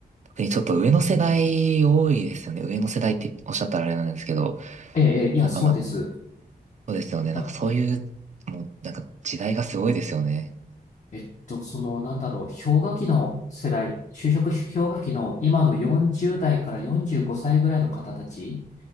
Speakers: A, on the right (about 45°); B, on the left (about 50°).
A: 特にちょっと上の世代多いですよね。上の世代っておっしゃったらあれなんですけど、
B: ええ、ええいや、
A: なんかまあ、
B: そうです。
A: そうですよね。なんかそういう、
B: あ
A: もうなんか時代がすごいですよね。
B: えっと、その、なんだろう、氷河期の世代、就職氷河期の今の40代から45歳ぐらいの方たち